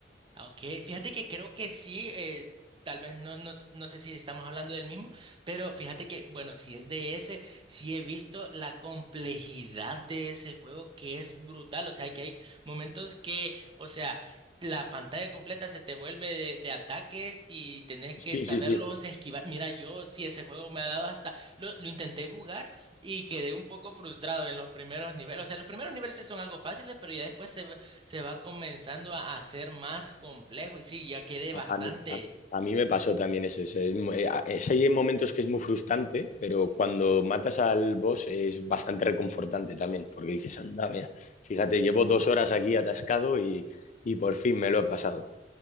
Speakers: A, on the right (about 30°); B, on the left (about 40°).
A: Ah, Ok, fíjate que creo que sí, eh, tal vez no, no, s- no sé si estamos hablando del mismo, pero fíjate que, bueno, si es de ese, sí he visto la complejidad de ese juego que es brutal, o sea, que hay momentos que, o sea, la pantalla completa se te vuelve de, de ataques y tenés que
B: Sí,
A: saberlos
B: sí, sí.
A: esquivar. Mira, yo sí ese juego me ha dado hasta, lo, lo intenté jugar y quedé un poco frustrado en los primeros niveles, o sea, los primeros niveles sí son algo fáciles, pero ya después se se va comenzando a hacer más complejo y sí, ya quedé
B: A,
A: bastante,
B: a mí, a, a mí me pasó también eso. eso. Es mu- eh, a- es- hay momentos que es muy frustrante, pero cuando matas al boss es bastante reconfortante también, porque dices, anda, mira, fíjate, llevo dos horas aquí atascado y, y por fin me lo he pasado.